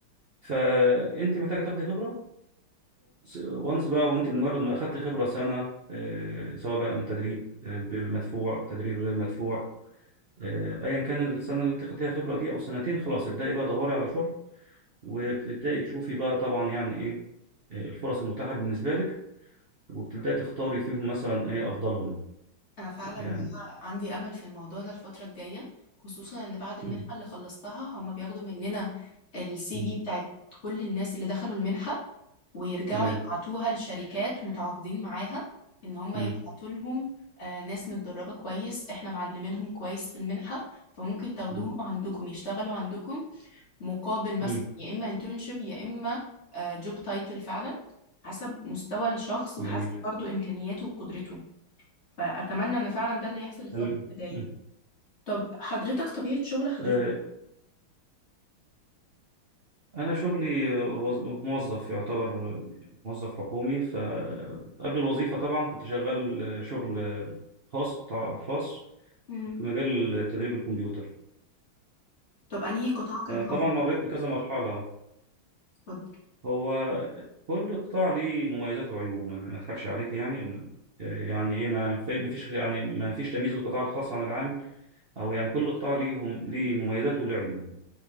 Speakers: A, on the right; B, on the left.
A: فأنت محتاجة تاخدي خبرة وانس بقى وأنت مجرد ما أخدت خبرة سنة آه، سواء بقى تدريب آه، مدفوع تدريب غير مدفوع آه، أيا كان السنة اللي أنت خدتيها خبرة دي أو سنتين خلاص ابدأي بقى دوري على شغل وبتبدأي تشوفي بقى طبعا يعني ايه آه، الفرص المتاحة بالنسبة لك وبتبدأي تختاري فيهم مثلا ايه افضلهم
B: أنا فعلا
A: يعني
B: عندي أمل في الموضوع ده الفترة الجاية خصوصا إن بعد المنحة
A: مم.
B: اللي خلصتها هم بياخدوا مننا السي
A: مم.
B: في بتاعت كل الناس اللي دخلوا المنحة ويرجعوا
A: تمام
B: يبعتوها لشركات متعاقدين معاها ان هم
A: مم.
B: يبعتوا لهم آه، ناس متدربة كويس احنا معلمينهم كويس في المنحة فممكن تاخدوهم
A: مم.
B: عندكم يشتغلوا عندكم مقابل مثلا
A: مم.
B: يا اما انترنشيب يا اما جوب تايتل فعلا حسب مستوى الشخص وحسب
A: جميل
B: برضو امكانياته وقدرته فاتمنى ان فعلا ده اللي يحصل الفترة
A: تمام
B: اللي جاية
A: مم.
B: طب حضرتك طبيعة شغل حضرتك
A: آه، أنا شغلي آه، وظ- موظف يعتبر آه، موظف حكومي فقبل الوظيفة طبعا كنت شغال آه، شغل آه، خاص طبعاً خاص
B: مم.
A: في مجال تدريب الكمبيوتر
B: طب انهي قطاع كان افضل
A: فطبعا مريت بكذا مرحلة
B: اتفضل
A: هو كل قطاع ليه مميزات وعيوبه ما ما اضحكش عليك يعني و- يعني ايه ما في- ما فيش يعني ما فيش تمييز للقطاع الخاص عن العام او يعني كل قطاع ليهم ليه مميزاته وليه عيوبه